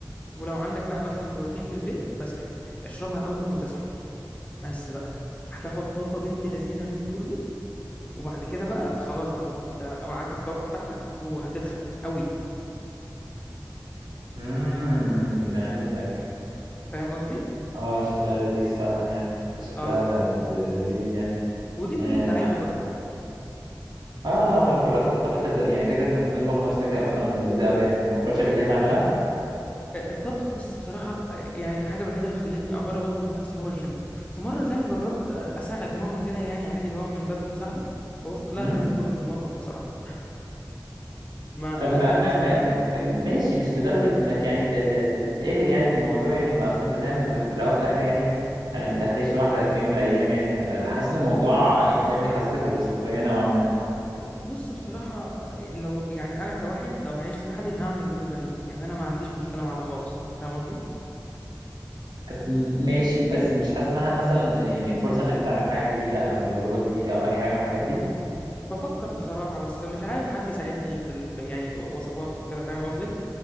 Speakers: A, on the left; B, on the right.
A: ولو عندك بقى مثلا بروتين في البيت بس كده اشربها اول ما تصحى بس بقى هتاخد طاقه بنت لذينه اليوم كله وبعد كده بقى خلاص بقى انت معاك الطاقه بتاعتك وهتتخن قوي
B: امم فهمتك
A: فاهم قصدي
B: اه شكلها لذيذ فعلا يعني شكلها
A: اه
B: ل- لذيذ يعني
A: وضيف
B: اه
A: اللي انت عايزه بقى
B: اه آه، ما انا بقول لك هو الطبخ ده يعني فكره انك بتطبخ لنفسك هي اصلا لذيذه قوي يعني انت ما فكرتش قبل كده تعملها
A: الطبخ بص بصراحة آه، يعني الحاجة الوحيدة اللي خلتني أجرب أطبخ لنفسي هو الجيم في مرة تاني جربت آه، أساعد ماما كده يعني عادي اللي هو من باب المساعدة بوظت لها
B: امم
A: الأكل كله في المطبخ بصراحة ما
B: طب
A: الأكل
B: ما, ما,
A: باظ
B: ما
A: اليوم ده
B: ما- ماشي مش لدرجه انك يعني ت- ت- تتقفل يعني من الموضوع يعني ما اصل انت فاهم انت في الاول وفي الاخر يعني يعني انت هتعيش لوحدك في يوم من الايام يعني فانت حاسس ان الموضوع يعني فاهم بيحسسك بالاستقلاليه نوعا ما
A: آه، بص بصراحة آه، لو يعني أنا كواحد لو هعيش لوحدي هعمل بيض وبانيه يعني أنا ما عنديش مشكلة مع ده خالص فاهم قصدي
B: م- ماشي بس مش حاسس انها مثلا يعني فرصه انك تتعلم حاجه جديده او تجربه جديده او اي حاجه من الحاجات دي
A: بفكر بصراحة بس مش عارف حد يساعدني في ال... في- يعني وصفات أو كده فاهم قصدي